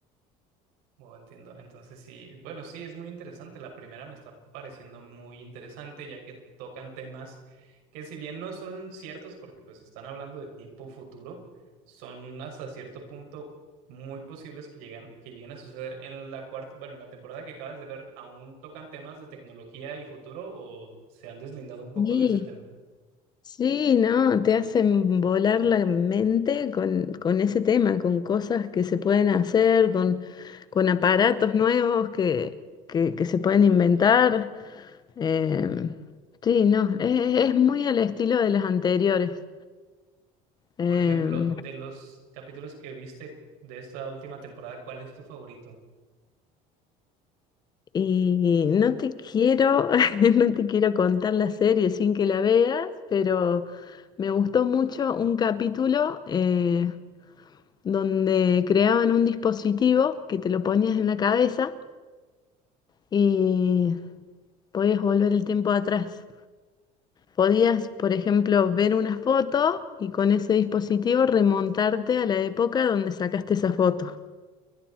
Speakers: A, on the right; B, on the left.
A: Oh, entiendo. Entonces sí, bueno, sí, es muy interesante. La primera me está pareciendo muy interesante, ya que tocan temas que si bien no son ciertos, porque pues están hablando de tiempo futuro, son hasta cierto punto muy posibles que lleguen, que lleguen a suceder. En la cuarta, bueno, en la temporada que acabas de ver, ¿aún tocan temas de tecnología y futuro o se han deslindado un poco
B: Sí.
A: de ese tema?
B: Sí, no, te hacen volar la mente con, con ese tema, con cosas que se pueden hacer, con, con aparatos nuevos que, que, que se pueden inventar. Em, sí, no, es, es muy al estilo de las anteriores. Em,
A: Por ejemplo, de los capítulos que viste de esta última temporada, ¿cuál es tu favorito?
B: y no te quiero, <laughs> no te quiero contar la serie sin que la veas, pero me gustó mucho un capítulo. eh, donde creaban un dispositivo que te lo ponías en la cabeza y podías volver el tiempo atrás. Podías, por ejemplo, ver una foto y con ese dispositivo remontarte a la época donde sacaste esa foto.